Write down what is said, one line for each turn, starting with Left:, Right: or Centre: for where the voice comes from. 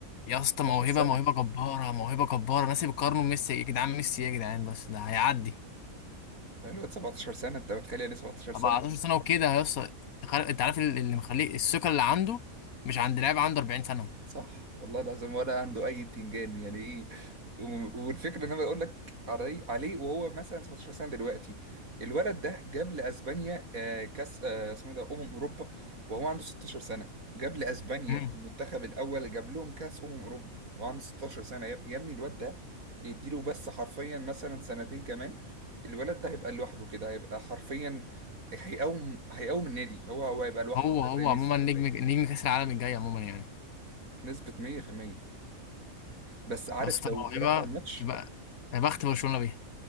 Left: يا
Right: 17
Left: اسطى موهبه موهبه
Right: سنه
Left: جباره موهبه جباره ناس بيقارنوا بميسي يا جدعان ميسي إيه يا جدعان بس ده هيعدي
Right: ده الواد 17 سنه انت متخيل يعني 17
Left: 14
Right: سنه
Left: سنه وكده يا اسطى تخيل- انت عارف ال- اللي مخليه الثقه اللي عنده مش عند لاعب عنده 40 سنه
Right: صح والله العظيم ولا عنده اي بتنجان يعني ايه و- والفكره ان انا بقول لك عليه عليه وهو مثلا 17 سنه دلوقتي الولد ده جاب لاسبانيا آه، كاس آه، اسمه إيه ده امم اوروبا وهو عنده 16 سنه جاب لاسبانيا
Left: امم
Right: المنتخب الاول جاب لهم كاس امم اوروبا وهو عنده 16 سنه يا يا ابني الواد ده يديله بس حرفيا مثلا سنتين كمان الولد ده هيبقى لوحده كده هيبقى حرفيا هيقوم هيقوم النادي هو هو هيبقى لوحده
Left: هو
Right: كده
Left: هو
Right: زي ميسي
Left: عموما نجم نجم كاس العالم الجاي عموما يعني
Right: نسبة 100% بس عارف
Left: يا اسطى
Right: لو
Left: موهبه
Right: اتفرجت على الماتش
Left: يبقى يا بخت برشلونه بيها